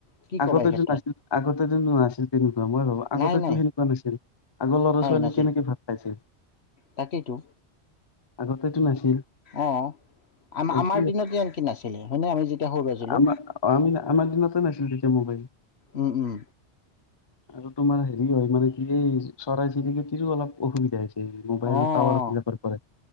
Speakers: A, on the left; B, on the left.
A: কি ক'বা
B: আগতে
A: এই ক্ষেত্ৰত
B: যোন নাছিল আগতে যোন ন নাছিল তেনেকুৱা মই ভো আগতেতো
A: নাই নাই
B: সেনেকুৱা নাছিল আগৰ ল'ৰা
A: হয়
B: ছোৱালী
A: নাছিল
B: কেনেকে ভাল পাইছিল।
A: তাকেইতো
B: আগতেটো নাছিল
A: অঁ আম
B: এইটো
A: আমাৰ দিনত এনেকে নাছিলে হয়নে আমি যেতিয়া সৰু আছিলো
B: আমাৰ আমি আমাৰ দিনতে নাছিল। মোবাইলো।
A: উম উম
B: আৰু তোমাৰ হেৰি হয় মানে চৰাই চিৰিকেতি অলপ অসুবিধা আ হৈছে এই মোবাইলৰ
A: অ
B: টাৱাৰ
A: অ
B: পিলা পাৰ পৰাৰে